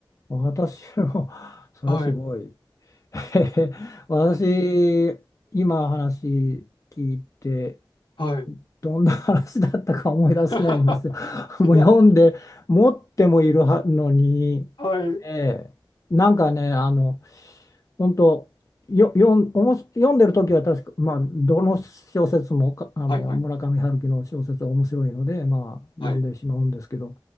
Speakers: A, on the left; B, on the left.
A: 私も <laughs> それはすごい。
B: はい、
A: <laughs> 私、今話聞いて、
B: はい。
A: どんな話だったか思い出せないんですよ。
B: <laughs>
A: <laughs> もう読んで持ってもいるはのに、
B: いや、はい。
A: ええなんかねあの本当よよんおもし読んでる時は確か、まあ、どの小説もかあの村上春樹の小説は面白いので、
B: はい、はい、
A: まあ、読んでしまうんですけど、
B: はい、